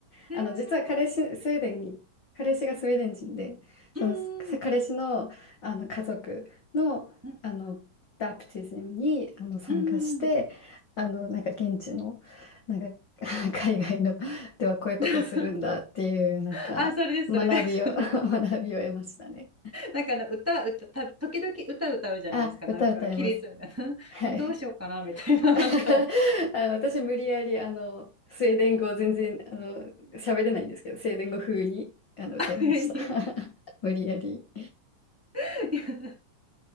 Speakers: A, in the centre; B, on the left.
A: ねえ
B: あの、実は彼氏、スウェーデン、彼氏がスウェーデン人で、その彼氏の、
A: うん
B: あの家族の、
A: うん
B: あのバプティズムにあの参加して、
A: うんうん
B: あのなんか現地の、なんか <laughs> 海外のではこういうことをするんだっていう、
A: <laughs>
B: なんか学びを
A: あそれですそれです
B: <laughs> 学びを得ましたね。
A: なんかあの歌歌た時々歌歌うじゃないですかなんか起立みたいな
B: あ、歌歌えます。はい。
A: <laughs> えどうしようかなみたいな
B: <laughs>
A: <laughs> なんか
B: あの私無理やりあのスウェーデン語全然あの喋れないんですけどスウェーデン語風にあの歌いました
A: あれに
B: <laughs> 無理やり、
A: <laughs>